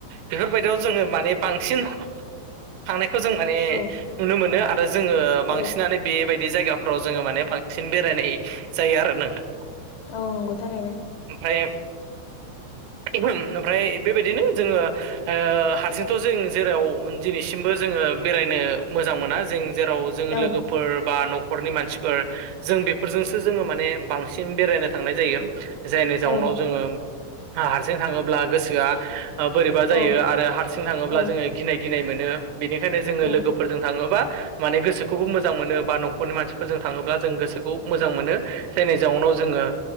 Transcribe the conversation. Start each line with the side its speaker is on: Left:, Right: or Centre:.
Right: बेफोरबायदियाव जोङो माने बांसिन थांनायखौ जों माने
Left: औ
Right: नुनो मोनो आरो जोङो
Left: औ
Right: बांसिनानो बेबायदि जायगाफोराव जोङो माने बांसिन बेरायनाय जायो आरो नोंथां।
Left: औ नंगौ थारैनो।
Right: ओमफ्राय ओमफ्राय बेबायदिनो जोङो हारसिंथ' जों जेराव दिनैसिमबो जोङो बेरायनो मोजां मोना जों जेराव जोङो
Left: औ
Right: लोगोफोर बा न'खरनि मानसिफोर जों बेफोरजोंसो जोङो माने बांसिन बेरायनो थांनाय जायो। जायनि जाउनाव
Left: औ
Right: जोङो हारसिं थाङोब्ला गोसोआ बोरैबा जायो
Left: औ
Right: आरो हारसिं थाङोब्ला
Left: औ
Right: जोङो गिनाय गिनाय मोनो। बेनिखायनो जोङो
Left: औ
Right: लोगोफोरजों थाङोबा माने गोसोखौबो मोजां मोनो बा न'खरनि मानसिफोरजों थाङोब्ला जों गोसोखौ मोजां मोनो। जायनि जाउनाव जोङो